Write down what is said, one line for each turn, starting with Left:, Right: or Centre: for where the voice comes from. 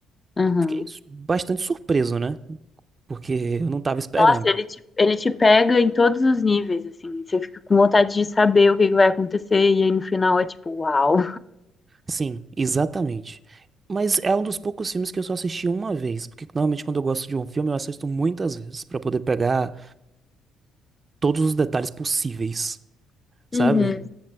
Left: Aham.
Right: Fiquei s- bastante surpreso, né? Porque eu não tava esperando.
Left: Nossa, ele te, ele te pega em todos os níveis, assim. Você fica com vontade de saber o que que vai acontecer, e aí no final é tipo, uau.
Right: Sim, exatamente. Mas é um dos poucos filmes que eu só assisti uma vez, porque normalmente quando eu gosto de um filme eu assisto muitas vezes pra poder pegar todos os detalhes possíveis, sabe?
Left: Uhum,